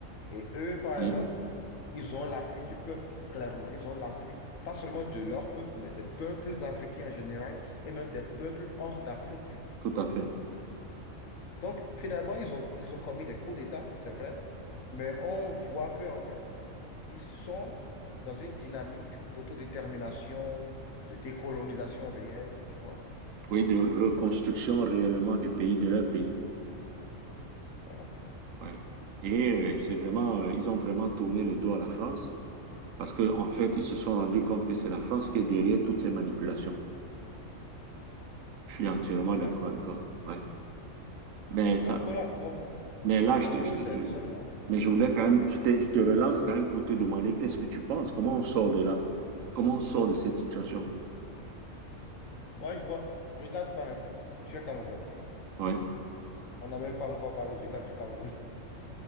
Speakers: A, on the left (about 80°); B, on the right (about 75°).
A: Et eux, par
B: oui,
A: exemple, ils ont l'appui du peuple, clairement. Ils ont l'appui, pas seulement de leur peuple, mais des peuples africains en général et même des peuples hors d'Afrique.
B: tout à fait.
A: Donc, finalement, ils ont, ils ont commis des coups d'État, c'est vrai, mais on voit que, en fait, ils sont dans une dynamique d'autodétermination, de décolonisation réelle, tu vois.
B: Oui, de reconstruction réellement du pays, de leur pays.
A: Voilà,
B: Ouais. Et euh, c'est vraiment, euh, ils ont vraiment tourné le dos à la France. Parce que, en fait, ils se sont rendus compte que c'est la France qui est derrière toutes ces manipulations. Je suis entièrement
A: exactement.
B: d'accord avec toi. Ouais. Mais ça,
A: Donc voilà, comment
B: mais là, je
A: est-ce
B: te,
A: que
B: je- je-
A: c'est seulement,
B: mais
A: oui,
B: je voulais
A: dit.
B: quand même, je te, je te relance quand même pour te demander qu'est-ce que tu penses? Comment on sort de là? Comment on sort de cette situation?
A: Moi, je vois, regarde par exemple, tu es Camerounais.
B: Ouais.
A: On n'a même pas encore parlé du cas du Cameroun. <laughs>